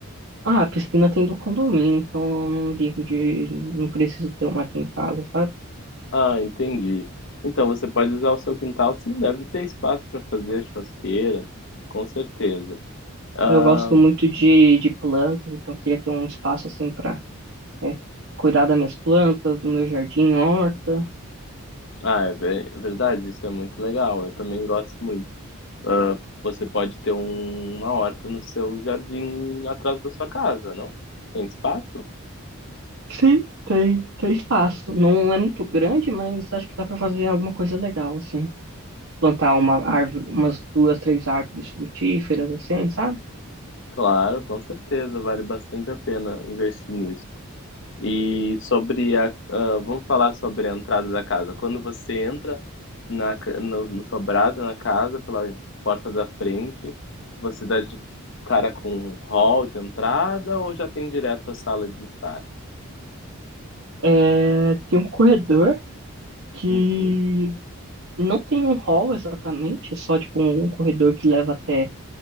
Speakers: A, on the right; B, on the left.
A: Ah, a piscina tem do condomínio, então eu não ligo de, não preciso ter uma aqui em casa, sabe?
B: Ah, entendi. Então você pode usar o seu quintal, sim, deve ter espaço para fazer churrasqueira, com certeza. Ah,
A: Eu gosto muito de, de plantas, então queria ter um espaço assim pra, é, cuidar das minhas plantas, do meu jardim, horta.
B: Ah, é ve- é verdade, isso é muito legal. Eu também gosto muito. Ah, você pode ter um- uma horta no seu jardim atrás da sua casa, não? Tem espaço?
A: Sim, tem, tem espaço. Não é muito grande, mas acho que dá pra fazer alguma coisa legal, assim. plantar uma árvore, umas duas, três árvores frutíferas, assim, sabe?
B: Claro, com certeza, vale bastante a pena investir nisso. E sobre a, ah, vamos falar sobre a entrada da casa. Quando você entra na, ca- no, no sobrado na casa, pela porta da frente, você dá de cara com um hall de entrada ou já tem direto a sala de estar?
A: É, tem um corredor que
B: Uhum.
A: não tem um hall exatamente, é só tipo um, um corredor que leva até